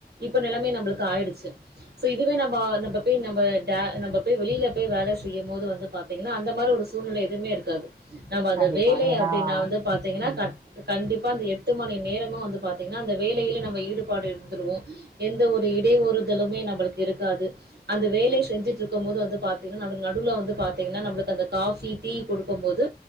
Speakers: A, on the right; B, on the right.
A: இப்ப நெலம நம்மளுக்கு ஆய்டுச்சு சோ இதுவே நம்ம பேய் நம்ம டா நம்ம பேய் வெளில போய் வேல செய்யுபோது து பாத்தீங்னா அந்த மாரி ஒரு சூழ்நிலை எதுமே இருகாது நம்ம அந்த
B: கண்டிப்பா.
A: வேலை
B: ஏன்னா
A: அப்டின்னா வந்து பாத்தீங்னா
B: ம்.
A: கண் கண்டிப் பா அந்த எட்டு மணி நேரமு வந்து பாத்தீங்னா அந்த வேலையில நம்ம ஈடுபாடு இருந்துருவோ எந்த ஒரு இடையூறுதலுமே நம்மளுக்கு இருக்காது அந்த வேலை செஞ்சுட்டு இருக்கு போது வந்து பாத்தீங்னா நடுவ் நடுவ்ல வந்து பா பாத்தீங்னா நமளுக்கு அந்த காஃபி டீ கொடுக்கு போது